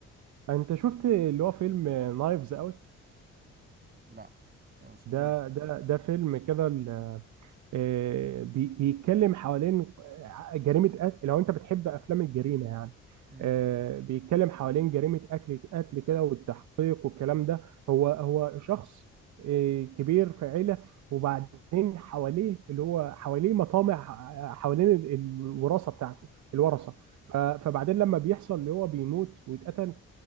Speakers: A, on the right; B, on the right.
A: آه، انت شفت اللي هو فيلم نايفز اوت
B: لا اوصفولي
A: ده ده ده فيلم كده ال- آه، بي- بيتكلم حوالين آه، جريمة قتل لو انت بتحب افلام الجريمة يعني
B: مم.
A: آه، بيتكلم حوالين جريمة قتل قتل كده والتحقيق والكلام ده هو هو شخص آه، كبير في عيلة وبعدين حواليه اللي هو حواليه مطامع آه، حوالين ال- الوراثة بتاعته الورثة ف- فبعدين لما بيحصل اللي هو بيموت ويتقتل